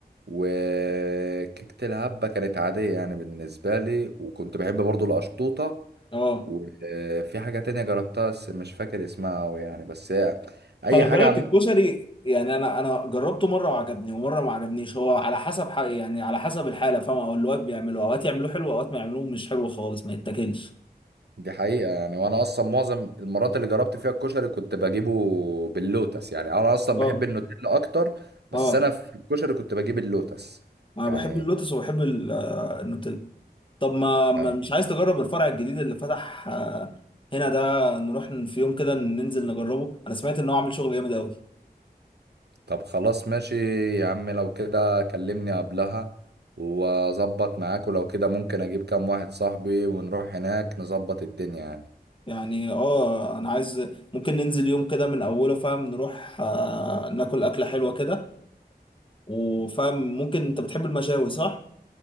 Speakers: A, on the right (about 80°); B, on the left (about 30°).
A: وكيكة الهبة كانت عادية يعني بالنسبة لي وكنت بحب برضو القشطوطة
B: اه
A: وفي حاجة تانية جربتها بس مش فاكر اسمها أوي يعني بس هي أي
B: خلي
A: حاجة
B: بالك
A: عامة
B: الكشري يعني انا انا جربته مره وعجبني ومره ما عجبنيش هو على حسب حق يعني على حسب الحاله فاهم او اللي واقف بيعملوه اوقات يعملوه حلو اوقات ما يعملوه مش حلو خالص ما يتاكلش
A: دي حقيقة يعني وأنا أصلا معظم المرات اللي جربت فيها الكشري كنت بجيبه باللوتس يعني أنا أصلا
B: اه
A: بحب النوتيلا أكتر بس
B: اه
A: أنا في الكشري كنت بجيب اللوتس
B: انا
A: يعني
B: بحب اللوتس وبحب ال- آه، النوتيلا طب ما ما-
A: آه،
B: مش عايز تجرب الفرع الجديد اللي فتح آه، هنا ده نروح في يوم كده ننزل نجربه انا سمعت ان هو عامل شغل جامد قوي
A: طب خلاص ماشي يا عم لو كده كلمني قبلها وأظبط معاك ولو كده ممكن أجيب كام واحد صاحبي ونروح هناك نظبط الدنيا يعني
B: يعني اه انا عايز ممكن ننزل يوم كده من اوله فاهم نروح آه، ناكل اكله حلوه كده وفاهم ممكن انت بتحب المشاوي صح